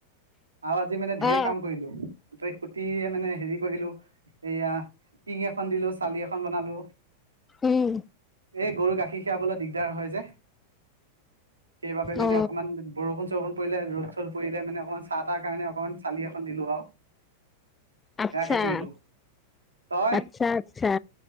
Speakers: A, on the right; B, on the left.
A: আৰু আজি মানে ঢেৰ
B: অ
A: কাম কৰিলো, গোটেই খুটিয়ে মানে, হেৰি কৰিলো এইয়া টিং এখন দিলো, চালি এখন বনালো
B: উম।
A: এই গৰু গাখীৰ খীৰাবলৈ দিগদাৰ হয় যে, সেইবাবে মানে
B: অ
A: অকণমান বৰষুণ-চৰষুণ পৰিলে, ৰ'দ-চ'দ পৰিলে, মানে অকণমান, চা-তা কাৰণে অকণমান, চালি এখন দিলোঁ আৰু
B: আচ্ছা,
A: সেয়াকে কৰিলো
B: আ
A: তই
B: আচ্ছা, আচ্ছা,